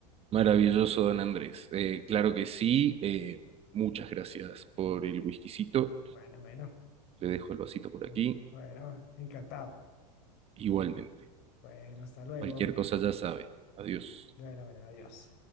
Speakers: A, on the right (about 30°); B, on the left (about 50°).
A: Maravilloso, don Andrés. Eh, claro que sí. eh, muchas gracias por el whiskycito.
B: bueno, bueno,
A: Le dejo el vasito por
B: bueno,
A: aquí.
B: bueno, encantado.
A: Igualmente.
B: Bueno, hasta luego.
A: Cualquier cosa ya sabe. Adiós.
B: Bueno, bueno, adiós.